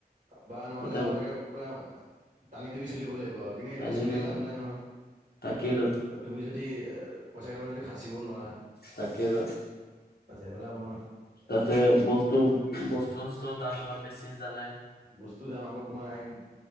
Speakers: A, on the right; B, on the left.
A: বা নহলে
B: তাতে
A: আৰু একে পুৰা টানি টানি চলিব লাগিব আৰু কিন্তু এনেকে
B: টানি
A: চলি
B: টুনি
A: লাভ নাই নহয়
B: তাকেইতো
A: তুমি যদি এ পইচা কেইটা মান যদি সাচিব নোৱাৰা।
B: তাকেই ত
A: ঝেমেলা হ'ব নহয়
B: তাতে বস্তু বস্তু দাম ইমান বেছি জানাই।
A: বস্তু দাম আগত তোমাৰ হেৰি